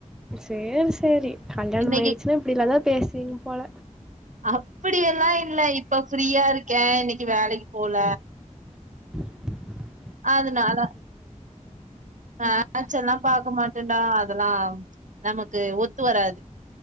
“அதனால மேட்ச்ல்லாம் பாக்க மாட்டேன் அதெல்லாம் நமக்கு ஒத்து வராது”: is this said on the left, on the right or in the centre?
Right